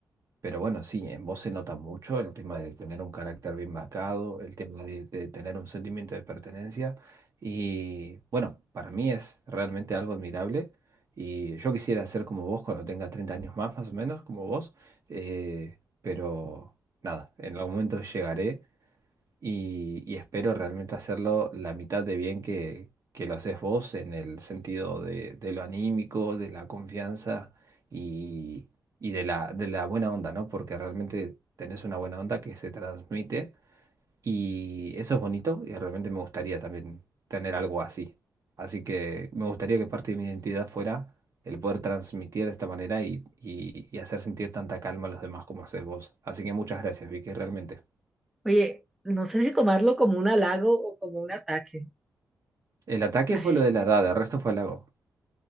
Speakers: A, on the right; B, in the centre.
A: Pero bueno, sí, en vos se nota mucho el tema de tener un carácter bien marcado, el tema de, de tener un sentimiento de pertenencia. Y bueno, para mí es realmente algo admirable. Y yo quisiera ser como vos cuando tenga 30 años más, más o menos, como vos. eh, pero nada, en algún momento llegaré y, y espero realmente hacerlo la mitad de bien que, que lo haces vos en el sentido de, de lo anímico, de la confianza y, y de la, de la buena onda, ¿no? Porque realmente tenés una buena onda que se transmite y eso es bonito y realmente me gustaría también tener algo así. Así que me gustaría que parte de mi identidad fuera el poder transmitir de esta manera y, y y hacer sentir tanta calma a los demás como haces vos. Así que muchas gracias, Vicky, realmente.
B: Oye, no sé si tomarlo como un halago o como un ataque,
A: El ataque
B: <laughs>
A: fue lo de la edad, el resto fue halago.